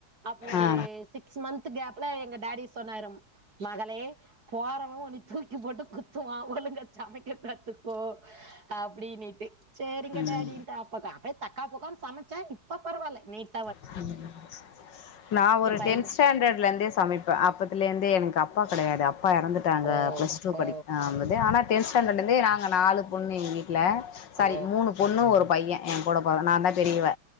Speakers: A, on the right; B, on the left.
A: அப்போ ஒரு
B: ஆ
A: சிக்ஸ் மந்த் கேப்ல எங்க டாடி சொன்னாரு மகளே போறவ ஒன தூக்கி க்கி போட்டு குத்துவா ஒழுங்க சமைக்க கத்துக்கோ அப்படின்னுட்டு சரிங்க
B: ம்
A: டாடின்ட்டு அப்பாக்கா அப்ப தக்கா பக்கான்னு சமைச்ச இப்ப பரவால்ல நீட்
B: <inaudible> நான் ஒரு
A: பயந்து
B: டென்த் ஸ்டாண்டர்ட்லருந்தே சமைப்பே அப்பத்துலருந்தே எனக்கு அப்பா கெடையாது அப் அப்பா இறந்துட்டாங்க
A: ஓ
B: பிளஸ் டூ
A: ஓ
B: படிக்க ஆம்பித் ஆனா டென்த் ஸ்டாண்டர்ட்ல இருந்து நாங்க நாலு பொண்ணு எங்க வீட்ல சாரி
A: ஓ
B: மூணு பொண்ணு ஒரு பைய என் கூட பொற நா தா பெரியவ